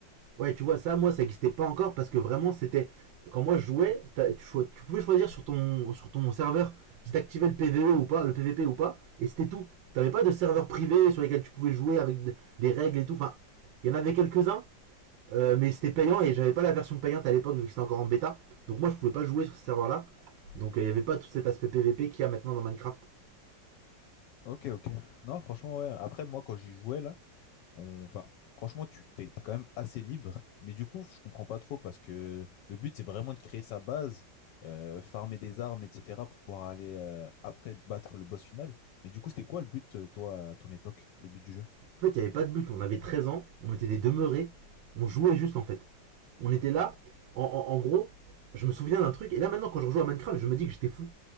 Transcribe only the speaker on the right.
Ouais, tu vois, ça, moi, ça n'existait pas encore parce que vraiment, c'était. Quand moi, je jouais, t'as- tu, cho- tu pouvais choisir sur ton, sur ton serveur si t'activais le PVE ou pas, le PVP ou pas, et c'était tout. T'avais pas de serveur privé sur lesquels tu pouvais jouer avec d- des règles et tout. Enfin, il y en avait quelques-uns, euh, mais c'était payant et j'avais pas la version payante à l'époque vu que c'était encore en bêta. Donc moi, je pouvais pas jouer sur ce serveur-là. Donc euh, il y avait pas tout cet aspect PVP qu'il y a maintenant dans Minecraft.
En fait, il y avait pas de but. On avait 13 ans, on était des demeurés, on jouait juste en fait. On était là, en, en- en gros, je me souviens d'un truc, et là maintenant quand je rejoue à Minecraft, je me dis que j'étais fou.